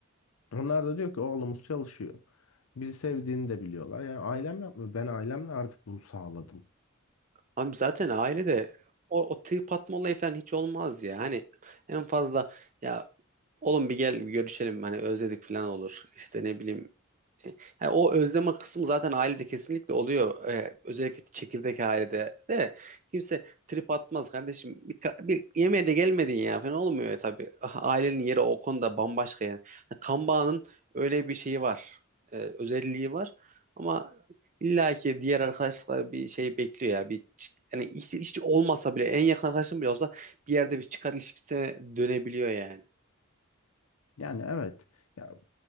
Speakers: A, on the left (about 80°); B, on the right (about 35°).
A: Onlar da diyor ki oğlumuz çalışıyor. Bizi sevdiğini de biliyorlar. Yani ailem yapmıyor. Ben ailemle artık bunu sağladım.
B: Abi zaten ailede o, o trip atma olayı falan hiç olmaz ya. Hani en fazla ya oğlum bir gel bir görüşelim hani özledik falan olur. İşte ne bileyim Yani o özleme kısmı zaten ailede kesinlikle oluyor. Ee, özellikle çekirdek ailede de kimse trip atmaz kardeşim. Bir, ka- bir yemeğe de gelmedin ya falan olmuyor ya tabii. Ah, Ailenin yeri o konuda bambaşka yani. Yani Kan bağının öyle bir şeyi var. Ee, özelliği var. Ama illaki diğer arkadaşlıklar bir şey bekliyor ya. Bir çı- yani hiç, hiç olmasa bile en yakın arkadaşın bile olsa bir yerde bir çıkar ilişkisine dönebiliyor yani.
A: Yani evet. Ya